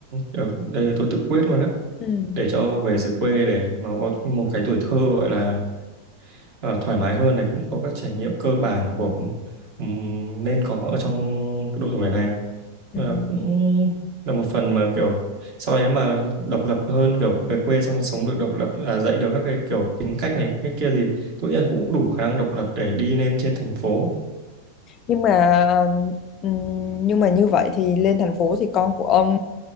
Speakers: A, on the right (about 45°); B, on the left (about 30°).
A: được- đây là tôi tự quyết luôn á
B: ừm,
A: để cho về dưới quê để nó có một cái tuổi thơ gọi là ờ, thoải mái hơn này cũng có các trải nghiệm cơ bản của ừm, nên có ở trong độ tuổi này và
B: ừm.
A: cũng là một phần mà kiểu sau này nếu mà độc lập hơn kiểu về quê xong sống được độc lập à, dạy được các cái kiểu tính cách này cái kia thì tôi nghĩ là cũng đủ khả năng độc lập để đi lên trên thành phố
B: nhưng mà ừm, nhưng mà như vậy thì lên thành phố thì con của ông